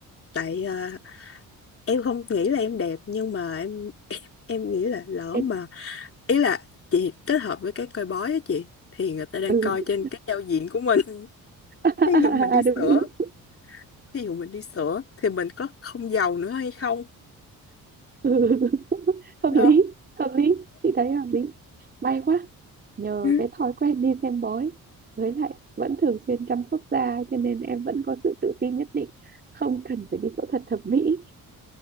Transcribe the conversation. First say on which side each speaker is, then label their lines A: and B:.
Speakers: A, on the left (about 40°); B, on the right (about 30°).
A: tại ờ, em không nghĩ là em đẹp nhưng mà em em nghĩ là lỡ
B: em
A: mà ý là chị kết hợp với cái coi bói á chị thì người ta đang
B: ừ
A: coi trên cái giao diện của mình <laughs>
B: <laughs>
A: thí dụ mình đi
B: à,
A: sửa
B: đúng đúng
A: thí dụ mình đi sửa thì mình có không giàu nữa hay không
B: ừ. <laughs> hợp
A: đó
B: lý
A: <laughs>
B: hợp lý chị thấy hợp lý may quá nhờ
A: Ừ,
B: cái thói quen đi xem bói với lại vẫn thường xuyên chăm sóc da cho nên em vẫn có sự tự tin nhất định không cần phải đi phẫu thuật thẩm mỹ